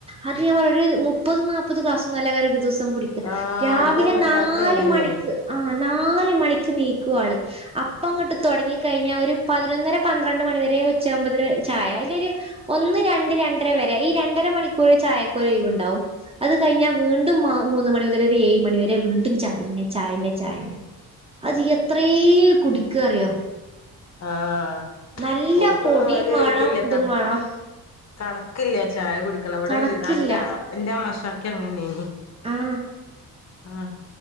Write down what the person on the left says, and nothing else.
ആ
എന്റെ ഉമ്മച്ചാക്ക്
അങ്ങനെനി
ആഹ്
ഓർക്കൊന്നും
ഒരു
ഇതില്ലേ
കണ
കണക്കില്ല ചായ കുടിക്കണം ഇവിടെ
എന്റെ എന്റെ അമ്മഷാക്കെ അങ്ങനേനി.
ആഹ്